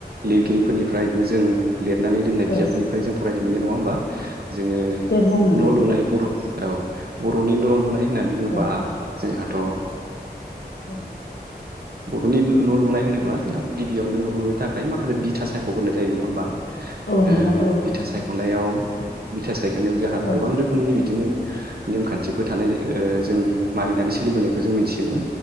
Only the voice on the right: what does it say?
लिरगिरिफोरनिफ्रायबो जों लिरनानै दोननाय बिजाबफोरनिफ्राय
जों फरायनो मोनो नङा होमबा जोङो
न' लुनाय
बर' औ बर'नि न' लुनाय होननानै बुङोबा
जोंहाथ'
बर'नि न' लुनाय होनोब्ला जोंहा गिबियावनो न' लुनो थाखाय माखासे बिथा सायख'ग्रोनाय जायो नङा होमबा
ओ
बिथा सायख'नायाव बिथा सायख'नायाव जोंहा
गोबां रोखोमनि बिदिनो नेमखान्थिफोर थानाय ओ जों मानिनानै सोलिबोनायखौ जों मोनथियोमोन